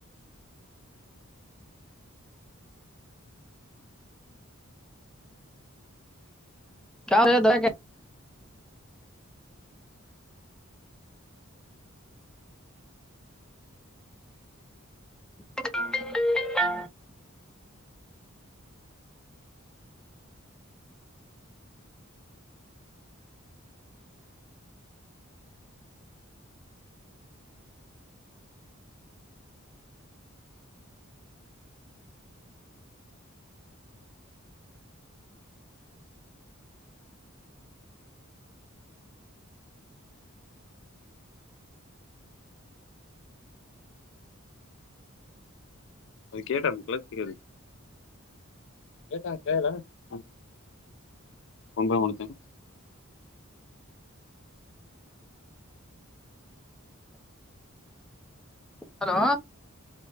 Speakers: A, in the centre; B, on the left.
A: ಕ್ಯಾ ರೇ <unintelligible> <inaudible>
B: ವಿಕೆಟ್ ಅದನ್ನ ಕೆಳಗ ತಗಿರಿ. ಎಸ್ಟ್ ಆತ ಹೇಳನ್ನಾ ಒಂದಾಮಿನಿಟ್ ತಡಿ
A: ಹಲೋ